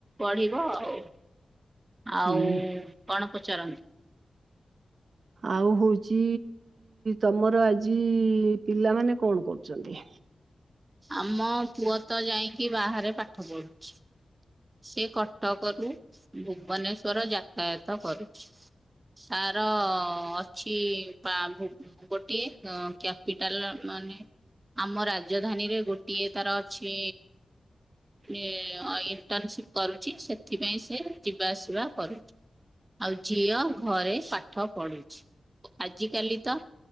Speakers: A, on the right (about 20°); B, on the right (about 60°).
A: ବଢିବ ଆଉ। ଆଉ
B: ହୁଁ
A: କଣ ପଚାରନ୍ତୁ?
B: ଆଉ ହଉଚି ତମର ଆଜି ପିଲାମାନେ କଣ କରୁଚନ୍ତି?
A: ଆମ ପୁଅ ତ ଯାଇଁକି ବାହାରେ ପାଠ ପଢୁଚି। ସେ କଟକରୁ ଭୁବନେଶ୍ଵର ଯାତାୟାତ କରୁଚି। ତାର ଅଛି ପା ଭୂ ଗୋଟିଏ କ କ୍ୟାପିଟାଲ ମାନେ ଆମ ରାଜଧାନୀରେ ଗୋଟିଏ ତାର ଅଛି ଇ ଐଇ - ଇଣ୍ଟର୍ନସିପ୍ କରୁଚି ସେଥିପାଇଁ ସେ ଯିବା ଆସିବା କରୁଚି। ଆଉ ଝିଅ ଘରେ ପାଠ ପଢୁଚି। ଆଜିକାଲି ତ